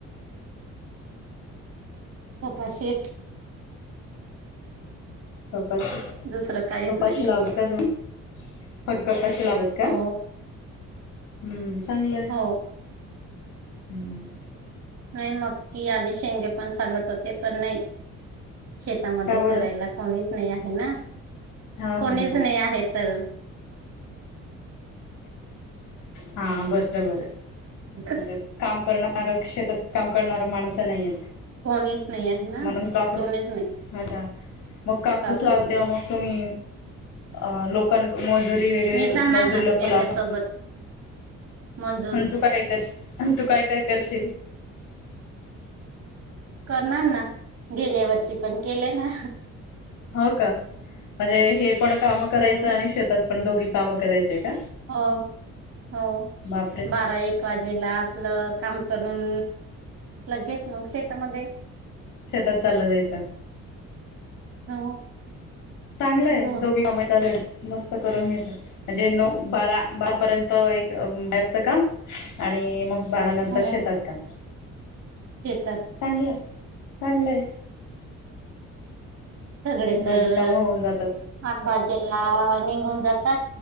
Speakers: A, on the left; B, on the right.
A: <inaudible>
B: कपाशीच.
A: कपाशी
B: दुसरं काहीच
A: कपाशी
B: नाही
A: लावता का तुम्ही पटकन कपाशी लावतात का
B: हो
A: हम्म चांगलय.
B: हो
A: हम्म
B: नाही मक्की आणि शेंगे पण सांगत होते पण नाही. शेतामध्ये
A: का बरं?
B: करायला कोणीच नाही आहे ना
A: हा
B: कोणीच
A: हा हा
B: नाही आहे तर
A: हा बरं बरं म्हणजे
B: <unintelligible>
A: काम करणार शेतात काम करणार माणसं नाहीयेत.
B: कोणीच नाही आहे ना
A: म्हणून कापूस
B: कोणीच नाही.
A: अच्छा मग कापूस
B: कापूसच
A: लावते मग तुम्ही अ लोकांन मजुर
B: मी जाणार ना त्यांच्यासोबत
A: <unintelligible>
B: मंजूर
A: आणि तू काय करशील, तू काय-काय करशील?
B: करणार ना गेल्या वर्षी पण केले ना.
A: हो का म्हणजे हे पण काम
B: हम्म
A: करायचं आणि शेतात पण दोघी काम करायचे का?
B: हो हो
A: बापरे
B: बारा, एक वाजेला आपलं काम करून लगेच मग शेतामध्ये
A: शेतात चालल जायच.
B: हो.
A: चांगलंय
B: दोन
A: दोघींना मस्त करून घतो म्हणजे नऊ, बारा ब पर्यंत एक बॅबच काम आणि मग बारानंतर
B: हो
A: शेतात काम.
B: शेतात.
A: चांगलंय चांगलंय
B: सगळे
A: दोघी
B: तर
A: कामं होऊन जातात
B: अ त्याला निघून जातात.